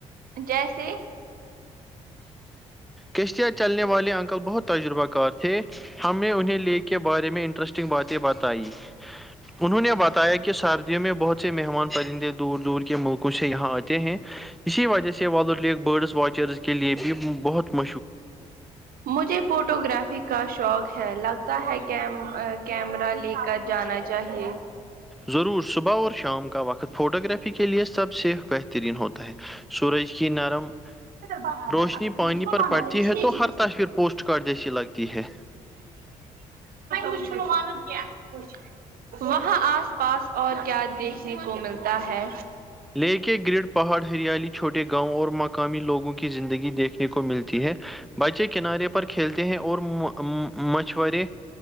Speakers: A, on the right (about 60°); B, in the centre.
A: جیسے تھینو
B: کشتیاں چلنے والے انکل بہت تجربہ کار تھے ہم نے انہیں لے کے کے بارے میں انٹرسٹنگ باتیں بتائیں انہوں نے بتایا کہ سردیوں میں بہت سے مہمان پرندے دور دور کے ملکوں سے یہاں آتے ہیں اسی وجہ سے والو لییک برڈز واچرز کے لیے بھی بہت مش
A: مجھے فوٹو گرافی کا شوق ہے لگتا ہے کہ کیمرہ لے کر جانا چاہیے
B: ضرور صبح اور شام کا وقت فوٹوگررافی کے لئے سب سے بہترین ہوتا ہے سورج کی نرم
A: برابر
B: روشنی
A: اگر
B: پانی پر پڑتی ہے
A: نہیں
B: تو ہر تصویر پوسٹ کارڈ جیسی لگتی ہے
A: ان وہاں آس پاس اور کیا دیکھنے کو ملتا ہے
B: لے کے گرڈ پہاڑ ہریالی چھوٹے گاؤں اور مقامی لوگوں کی زندگی دیکھنے کو ملتی ہے بچے کنارے پر کھیلتے ہیں اور مشورے